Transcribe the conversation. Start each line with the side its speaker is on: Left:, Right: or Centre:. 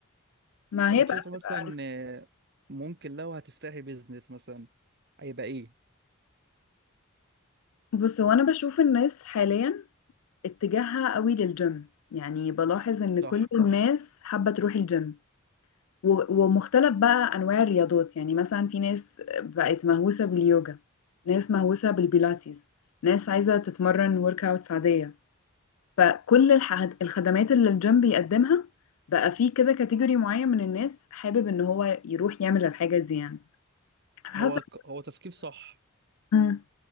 Left: ما
Right: طب
Left: هي
Right: انت
Left: بقى
Right: شايفه
Left: بتبقى
Right: مثلا
Left: عارف
Right: آه، ممكن لو هتفتحي بيزنس مثلا هيبقى ايه
Left: بص هو أنا بشوف الناس حاليا اتجاهها قوي للجيم يعني بلاحظ إن
Right: صح
Left: كل الناس حابة تروح الجيم و- ومختلف بقى أنواع الرياضات يعني مثلا في ناس بقت مهووسة باليوجا ناس مهووسة بالبيلاتيز ناس عايزة تتمرن ورك أوتس عادية فكل الح- الخدمات اللي الجيم بيقدمها بقى فيه كده كاتيجوري معين من الناس حابب ان هو يروح يعمل الحاجة دي يعني حاسة
Right: هو ك- هو تفكير صح
Left: مم.